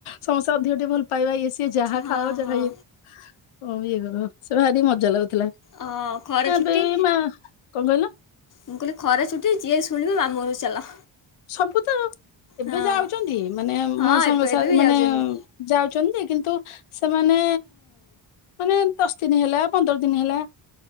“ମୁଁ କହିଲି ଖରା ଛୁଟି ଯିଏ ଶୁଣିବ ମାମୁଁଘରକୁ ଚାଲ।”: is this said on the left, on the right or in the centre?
Left